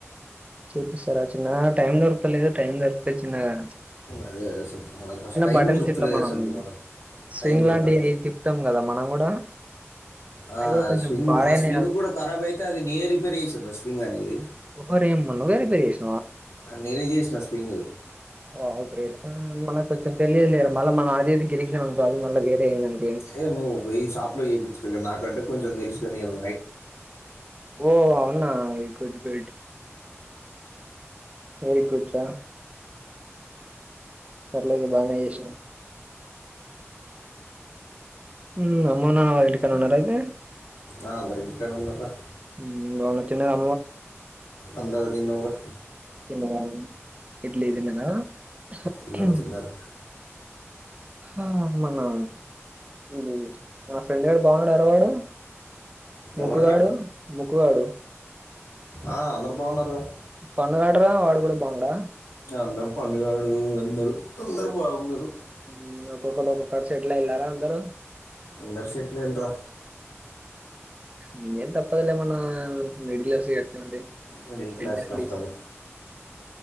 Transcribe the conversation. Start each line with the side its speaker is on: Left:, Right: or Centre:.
Right: చపిస్తారా చిన్నగా టైం దొరకుతలేదు టైం దొరికితే చిన్నగా
Left: అదే అసలు మనకు ఫస్ట్ టైం
Right: బటన్స్
Left: దొరుకుతలేదు
Right: ఇట్లా మనం
Left: అసలుకు మనకు
Right: స్వింగ్
Left: టైం దొరకట్లేదు
Right: లాంటివి తిప్పుతాం కదా మనం కూడా
Left: ఆ
Right: అవి కూడా కొంచెం
Left: స్వింగ్
Right: పాడైన
Left: మా స్వింగ్ కూడా కరాబ్ అయితే అది నేనే రిపేర్ చేసిన రా స్వింగ్ అనేది
Right: ఓహో రేయమ్మ నువ్వే రిపేర్ చేసి
Left: అది నేనే చేసిన స్వింగ్
Right: వావ్ గ్రేట్ మనకు కొంచం తెలియదులే,, మళ్ళీ మనం అది ఇది గలికిినామనుకో అవి మళ్ల వేరే అయింది అనుకో
Left: ఏ నువ్వ పోయి షాప్ లో చేపించికో ఇగ నాకంటే కొంచెం తెలుసు ఇగ నిను
Right: ఓ అవునా ఇ గుడ్ డ్ వెరీ గుడ్ రా పర్లేదు బానే చేసినవ్ హు అమ్మ నాన్న వాళ్ళ ఇంటికాన్నే ఉన్నారా అయితే
Left: ఆ అందరూ ఇంటికడ వున్నారు రా
Right: ఉమ్ బాగున్నా తిన్నారా
Left: అందము తిన్నాం రా
Right: తిన్నదా ఇడ్లీ తిన్నాదా హా
Left: తిన్నారు తిన్నారు
Right: హా మనా ఇది ది మా ఫ్రెండ్ గాడు బాగున్నాడ అర వాడు ముక్కుగాడు
Left: ఎవర్రా
Right: ముక్కుగాడు
Left: ఆ అందరు బాగున్నార్ రా
Right: పండుగాడరా వాడు కూడా బాగుండా
Left: అందరు పండుగాడు అందరు అందరు బాగున్నారు
Right: మ్మ్ ఒక్కొక్కరు ఒక్కొక్కరు సెటిల్ అయిన్లారా అందరూ
Left: అందరు సెటిల్ అయిన్ రా
Right: నేం తప్పదలే మొన్న మిడిల్స్ వి అట్లనే ఉంటే
Left: మిడిల్ క్లాస్
Right: మెంటాలిటీస్ే
Left: కష్టాలు